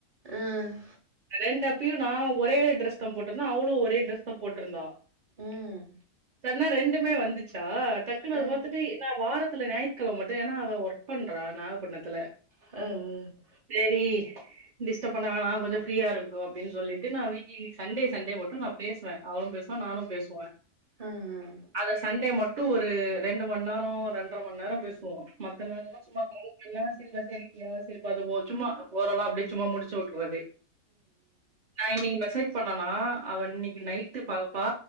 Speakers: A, on the right (about 30°); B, on the right (about 50°).
A: ம்
B: ரெண்டு அப்பயு நா ஒரே டிரெஸ் தா போட்டிருந்தே அவளும் ஒரே டிரெஸ் தா போட்ருந்தா
A: ம்
B: சன்னா ரெண்டுமே வந்துச்சா டக்குன்னு அத
A: ஆ
B: பாத்துட்டே நா வாரத்துல ஞாயித்துக்கிழமை மட்டு ஏன்னா அவ ஒர்க் பண்றா நாகப்பட்னத்துல
A: அ அ
B: சேரி டிஸ்டர்ப் பண்ண வேணா கொஞ்சோ ஃப்ரீயா இருக்கட்டும் அப்டின்னு சொல்லிட்டு நா வீ க்லீ சண்டே சண்டே மட்டு நா பேசுவே அவளும் பேசுவா நானும் பேசுவே
A: நான்
B: அத சண்டே மட்டு ஒரு ரெண்டு மண் நேரோ ரெண்டரை மண் நேரோ பேசுவோ மத்த நேரோ <unintelligible> சும்மா ஓரளா அப்டியே சும்மா முடிச்சு உட்டற்றது நா இன்னைக்கு மெசேஜ் பண்ணனா அவ இன்னைக்கு நைட் பாப்பா